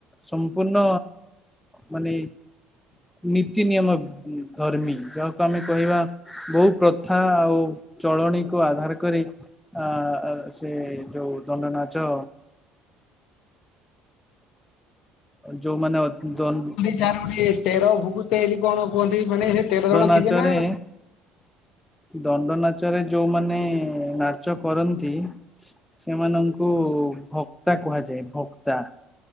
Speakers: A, in the centre; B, on the left (about 65°).
A: ସମ୍ପୂର୍ଣ୍ଣ ମାନେ ନୀତି ନିୟମ ଧର୍ମୀ। ଯାହାକୁ ଆମେ କହିବା ବୋହୁତ ପ୍ରଥା ଆଉ ଚଳଣିକୁୁ ଆଧାର କରି ଆ ସେ ଯୋଉ ଦଣ୍ଡ ନାଚ। ଯୋଉମାନେ ଅଦ ଦନ୍।
B: ଚାର ଗୋଟେ ତେର ଭୁଗୁ ତେରି କଣ କୁହନ୍ତି ମାନେ ସେ ତେର ଜଣ
A: ନାଚରେ
B: ଥିବେ ନା?
A: ଦଣ୍ଡ ନାଚରେ ଯୋଉମାନେ ନାଚ କରନ୍ତି ସେମାନ ଙ୍କୁ ଭକ୍ତା କୁହାଯାଏ ଭକ୍ତା।